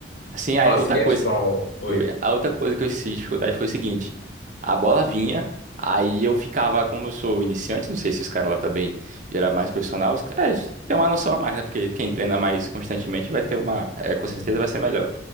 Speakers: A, on the right; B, on the left.
A: Assim, aí,
B: Basquetebol.
A: outra coisa.
B: Oi.
A: Foi. A outra coisa que eu senti dificuldade foi o seguinte: a bola vinha, aí eu ficava, como eu sou iniciante, não sei se os caras lá também já era mais profissional, os caras têm uma noção a mais, né? Porque quem treina mais constantemente vai ter uma. é, com certeza
B: É.
A: vai ser melhor.